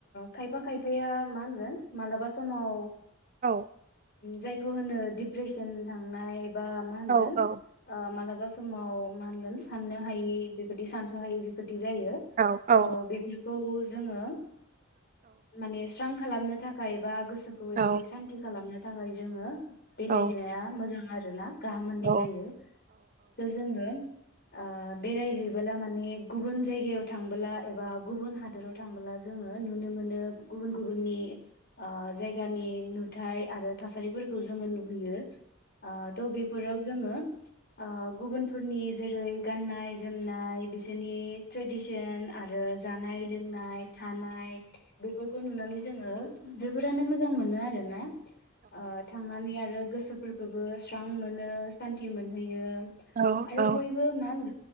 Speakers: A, on the left; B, on the right.
A: खायफा खायफाया मा होनगोन मालाबा समाव
B: औ।
A: जायखौ होनो डिप्रेसन थांनाय बा मा होनगोन
B: औ औ
A: ओ मालाबा स समाव मा होनगोन साननो हायि बेफोरबादि सानसहायि जायो
B: औ औ
A: त बेफोरखौ जोङो माने स्रां खालामनो थाखाय बा गोसोखौ एसे
B: औ
A: सान्थि खालामनो थाखाय जोङो बेरायनाया
B: औ
A: मोजां आरो ना गाहाम मोननाय
B: औ
A: जायो दा जोङो ओ बेरायहैबोला माने गुबुन जायगायाव थांबोला एबा गुबुन हादोराव थांबोला जोङो नुनो मोनो गुबुन गुबुननि ओ जायगानि नुथाय आरो थासारिफोरखौ जोङो नुहैयो। अ'थ' बेफोराव जोङो ओ गुबुनफोरनि जेरै गाननाय- जोमनाय बिसोरनि ट्रेडिसन, आरो जानाय -लोंनाय, थानाय बेफोरखौ नुनानै जोङो जोबोरानो मोजां मोनो आरो ना। ओ थांनानै आरो गोसोफोरखौबो स्रां मोनो सान्थि मोनहैयो,
B: औ
A: आरो
B: औ
A: बयबो मान